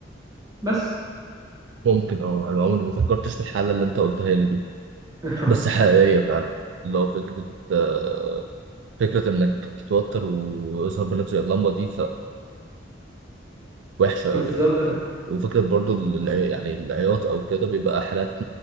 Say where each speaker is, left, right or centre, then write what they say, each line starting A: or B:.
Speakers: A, on the right; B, on the right.
A: بس
B: ممكن اه أنا عمري ما فكرتش في الحالة اللي أنت قلتها لي دي
A: <laughs>
B: بس حقيقية فعلا لو فكرة آه، فكرة إنك تتوتر ويظهر منك زي اللمبة دي فوحشة
A: بالظبط
B: أوي يعني
A: اه
B: أه. وفكرة برضو الع- يعني العياط أو كده بيبقى حالات